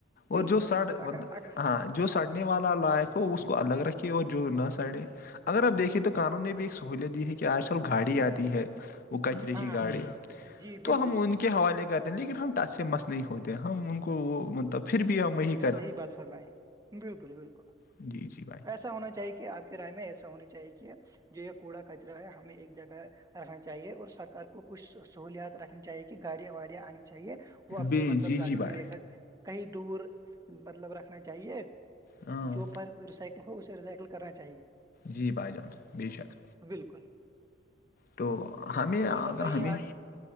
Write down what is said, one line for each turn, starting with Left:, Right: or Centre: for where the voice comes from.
Right: بالکل
Left: اور جو سڑ
Right: بالکل اگر ا
Left: ہاں جو سڑنے والا لائق ہو اس کو الگ رکھے اور جو نہ سڑے اگر آپ دیکھیے تو قانون نے بھی ایک سہوولت دی ہے کہ آج کل گاڑی آتی ہے وہ کچرے کی
Right: ہاں
Left: گاڑی
Right: بال- جی
Left: تو
Right: بالکل
Left: ہم ان
Right: صحیح
Left: کے حوالے کر لیکن ہم ٹچ سے مس نہیں ہوتے ہم ان کو وہ مطلب پھر بھی ہم وہی کر
Right: ی بات فرمائے بالکل بالکل
Left: جی جی بھائی
Right: ایسا ہونا چاہیے آ کی رائے میں ایسا ہونی چاہیے جو یہ کوڑا کچرا ہے ہمیں ایک جگہ رکھنا چاہیے اور سرار کو کچھ سہولیات رکھنی چاہیے کہ کہ گاڑیاں واڑیاں آنی چاہیے وہ اپنے
Left: بے
Right: مطلب
Left: جی
Right: گاڑیوں
Left: جی بھائی
Right: میں لے کر کہیں دور مطلب رکھنا چاہیے
Left: ہاں
Right: جو پر ریسائکل کو اسے ریسائیکل کرنا چاہیے
Left: جی بھائی جان بے شک
Right: بالکل
Left: تو ہمیں
Right: تو
Left: اگر
Right: اور بتائیے
Left: ہمیں
Right: آپ